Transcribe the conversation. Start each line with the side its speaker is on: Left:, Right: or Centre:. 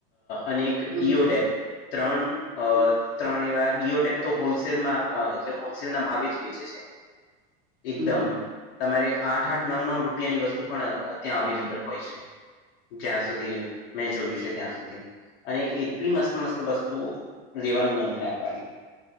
Left: અનેક
Right: હમ
Left: ડીઓડેપ ત્રણ અ
Right: હમ
Left: ત્રણ એવાર ડીઓડેપ તો હોલસેલમાં એટલે હોલસેલ ના ભાવે જ વેચે છે એકદમ
Right: હમ હમ
Left: તમારે આઠ આઠ નવ નવ રૂપિયાની વસ્તુ પણ ત્યાં અવેલેબલ હોય છે. જ્યાં સુધી મેં જોયું છે ત્યાં સુધી અને એટલી મસ્ત મસ્ત વસ્તુઓ લેવાનું મન થાય આપણને